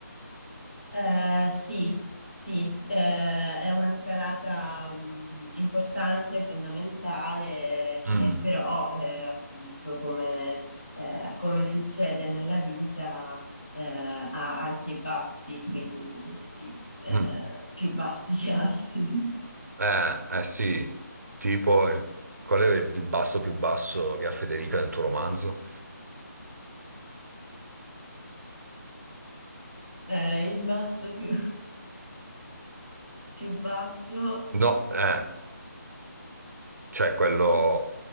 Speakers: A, on the left; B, on the right.
A: Eh, sì, sì, eh, è una scalata mh, importante, fondamentale, che
B: Mm,
A: però, eh, appunto, come, eh, come succede nella vita, eh, ha alti e bassi, quindi sì, eh,
B: mm.
A: più bassi che alti. <laughs>
B: Eh, eh sì, tipo, il- qual era il il basso più basso che ha Federica nel tuo romanzo?
A: Eh, il basso più, più basso
B: No, eh, cioè quello